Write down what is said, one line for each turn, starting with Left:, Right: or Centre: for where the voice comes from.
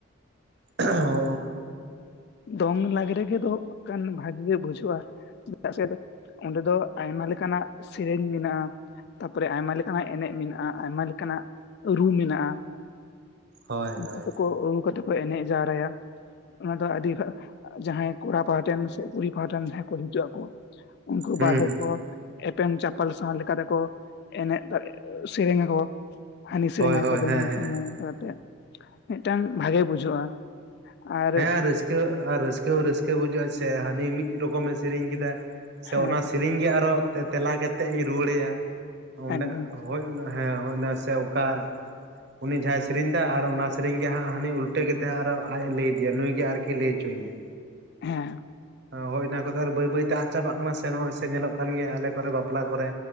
Right: ᱚᱸᱦᱚᱸᱜ
Left: ᱫᱚᱝ ᱞᱟᱜᱽᱲᱮ ᱜᱮ ᱫᱚᱦᱚᱜ ᱠᱟᱱ ᱵᱷᱟᱜᱮ ᱜᱮ ᱵᱩᱡᱷᱟᱹᱜᱼᱟ ᱪᱮᱫᱟᱜ ᱥᱮ ᱚᱸᱰᱮ ᱫᱚ ᱟᱭᱢᱟ ᱞᱮᱠᱟᱱᱟᱜ ᱥᱮᱨᱮᱧ ᱢᱮᱱᱟᱜᱼᱟ ᱛᱟᱯᱚᱨᱮ ᱟᱭᱢᱟ ᱞᱮᱠᱟᱱᱟᱜ ᱮᱱᱮᱡ ᱢᱮᱱᱟᱜᱼᱟ ᱟᱭᱢᱟ ᱞᱮᱠᱟᱱᱟᱜ ᱨᱩ ᱢᱮᱱᱟᱜᱼᱟ
Right: ᱦᱳᱭ ᱦᱳᱭ
Left: <inaudible> ᱠᱟᱛᱮᱠᱚ ᱟᱹᱜᱩ ᱠᱟᱛᱮ ᱠᱚ ᱮᱱᱮᱡᱽ ᱡᱟᱣᱨᱟᱭᱟ ᱟᱰᱤᱯᱦᱟ ᱦᱟᱸᱜ ᱡᱟᱦᱟᱸᱭ ᱠᱚᱲᱟ ᱯᱟᱦᱴᱮᱱ ᱥᱮ ᱠᱩᱲᱤ ᱯᱟᱦᱴᱟᱱ ᱡᱟᱦᱟ ᱠᱚ ᱦᱤᱡᱩᱜ ᱟᱠᱚ, ᱩᱱᱠᱩ ᱵᱟᱨ
Right: ᱦᱩᱸ
Left: ᱦᱚᱲᱠᱚ ᱮᱯᱮᱢ ᱪᱟᱯᱟᱞ ᱥᱟᱶ ᱞᱮᱠᱟ ᱛᱮᱠᱚ ᱮᱱᱮᱜᱽ ᱮ ᱥᱮᱨᱮᱝ ᱟᱠᱚ ᱦᱟᱹᱱᱤ ᱥᱮᱨᱮᱧᱟᱭ
Right: ᱦᱳᱭ ᱦᱳᱭ
Left: <inaudible>
Right: ᱦᱮᱸ ᱦᱮᱸ
Left: ᱠᱟᱛᱮ ᱢᱤᱫᱴᱟᱝ ᱵᱷᱟᱜᱤ ᱵᱩᱡᱷᱟᱹᱜᱼᱟ᱾ ᱟᱨ
Right: ᱦᱮᱸ ᱨᱟᱹᱥᱠᱟᱹ ᱟᱨ ᱨᱟᱹᱥᱠᱟᱹ ᱦᱚᱸ ᱨᱟᱹᱥᱠᱟᱹ ᱵᱩᱡᱩᱜᱟᱹᱜ ᱟ᱾ ᱥᱮ ᱦᱟᱹᱱᱤ ᱢᱤᱫ ᱨᱚᱠᱚᱢ ᱮ ᱥᱮᱨᱮᱧ ᱠᱮᱫᱟ ᱥᱮ
Left: ᱦᱮᱸ
Right: ᱚᱱᱟ ᱥᱮᱨᱮᱧ ᱜᱮ ᱟᱨᱚ ᱛᱮᱞᱟ ᱠᱟᱛᱮᱜᱽ ᱤᱧ ᱨᱩᱣᱟᱹᱲ ᱟᱭᱟ ᱚᱸᱰᱮ
Left: ᱮᱠᱫᱚᱢ
Right: ᱦᱳᱭ ᱚᱱᱟ ᱦᱮᱸ ᱦᱳᱭ ᱚᱱᱟ ᱥᱮ ᱚᱱᱠᱟ ᱩᱱᱤ ᱡᱟᱦᱟᱸᱟᱭ ᱥᱮᱨᱮᱧ ᱫᱟ, ᱟᱨ ᱚᱱᱟ ᱥᱮᱨᱮᱧ ᱜᱮ ᱦᱟᱸᱜ ᱦᱟᱱᱤ ᱩᱞᱴᱟᱹ ᱠᱟᱛᱮᱜ ᱟᱨ ᱚ ᱟᱡᱽ ᱮ ᱞᱟᱹᱭᱫᱟ ᱤᱭᱟᱹ ᱱᱩᱭ ᱜᱮ ᱟᱨᱠᱤ ᱞᱟᱹᱭ ᱦᱚᱪᱚᱭ ᱭᱟᱭ
Left: ᱦᱮᱸ
Right: ᱚ, ᱦᱳᱭ ᱚᱱᱟ ᱠᱚᱫᱚ ᱟᱨ ᱵᱟᱹᱭ ᱵᱟᱹᱭᱛᱮ ᱟᱫ ᱪᱟᱵᱟᱜ ᱠᱟᱱᱟ, ᱥᱮ ᱱᱚᱜᱼᱚᱭ ᱥᱮ ᱧᱮᱞᱚᱜ ᱠᱟᱱ ᱜᱮᱭᱟ ᱟᱞᱮ ᱠᱚᱨᱮ ᱵᱟᱯᱞᱟ ᱠᱚᱨᱮ,